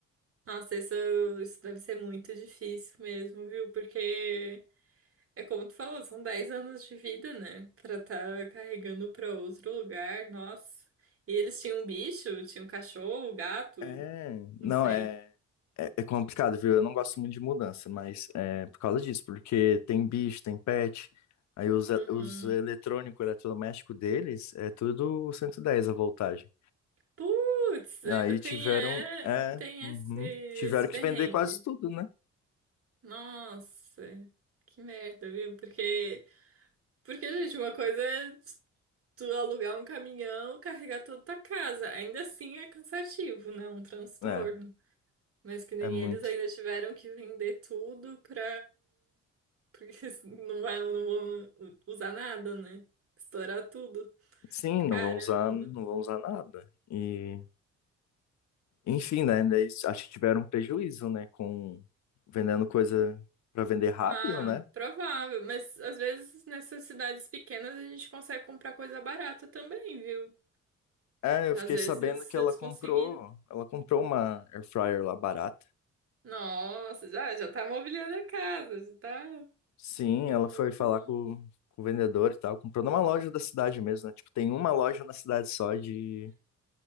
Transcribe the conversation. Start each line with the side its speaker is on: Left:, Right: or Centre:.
Right: nossa, isso, isso deve ser muito difícil mesmo, viu? Porque É como tu falou, são 10 anos de vida, né? Pra tá carregando pra outro lugar, nossa. E eles tinham um bicho, tinham um cachorro, um gato,
Left: É,
Right: não
Left: não,
Right: sei.
Left: é, é, é complicado, viu? Eu não gosto muito de mudança, mas é por causa disso, porque tem bicho, tem pet. Aí os,
Right: Uhum.
Left: os eletrônicos, eletrodoméstico deles, é tudo 110 a voltagem.
Right: Putz, ainda
Left: Aí
Right: tem,
Left: tiveram,
Right: é,
Left: é,
Right: tem
Left: uhum.
Right: esse, esse
Left: tiveram que
Right: perrengue.
Left: vender quase tudo, né?
Right: Nossa, que merda, viu? Porque, porque, gente, uma coisa é tu alugar um caminhão, carregar toda a tua casa. Ainda assim é cansativo, né? Um transtorno.
Left: É,
Right: Mas que nem
Left: é muito.
Right: eles ainda tiveram que vender tudo pra. Porque <laughs> não vai, não vão usar nada, né? Estourar tudo.
Left: Sim,
Right: Caramba.
Left: não vão usar, não vão usar nada. E, enfim, né? daí Acho que tiveram um prejuízo, né? Com vendendo coisa para vender rápido,
Right: Ah,
Left: né?
Right: provável. Mas às vezes nessas cidades pequenas a gente consegue comprar coisa barata também, viu?
Left: É, eu
Right: Às
Left: fiquei
Right: vezes
Left: sabendo que
Right: eles
Left: ela comprou,
Right: conseguiram.
Left: ela comprou uma air fryer lá barata.
Right: Nossa, já, já tá mobiliando a casa, já tá
Left: Sim,
Right: muito
Left: ela foi falar
Right: bom.
Left: com, com o vendedor e tal, comprou numa loja da cidade mesmo, né? Tipo, tem uma loja na cidade só de,